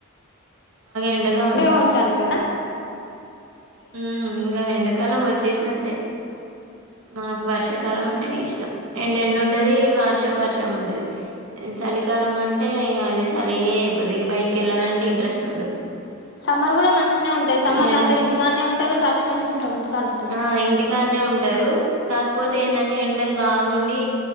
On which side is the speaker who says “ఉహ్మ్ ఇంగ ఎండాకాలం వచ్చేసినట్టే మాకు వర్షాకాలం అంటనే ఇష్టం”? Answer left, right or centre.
Right